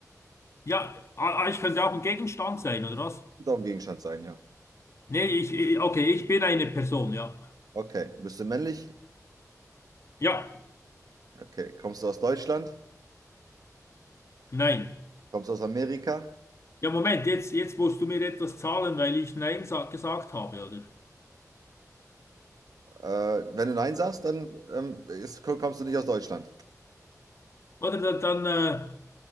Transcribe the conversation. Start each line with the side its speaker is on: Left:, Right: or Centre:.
Left: Ja, ah, ah, ich könnte auch ein Gegenstand sein, oder was?
Right: Soll ein Gegenstand sein, ja.
Left: Nee, ich, ich- okay, ich bin eine Person, ja.
Right: Okay, bist du männlich?
Left: Ja,
Right: Okay, kommst du aus Deutschland?
Left: nein.
Right: Kommst du aus Amerika?
Left: Ja, Moment, jetzt, jetzt musst du mir etwas zahlen, weil ich Nein sa gesagt habe, oder?
Right: Äh, wenn du Nein sagst, dann ähm, ist, kommst du nicht aus Deutschland. <laughs>
Left: Oder da- dann, äh,